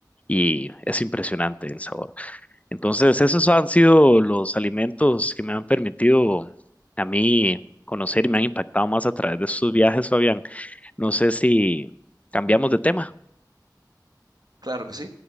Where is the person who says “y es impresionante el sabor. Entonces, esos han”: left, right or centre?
Left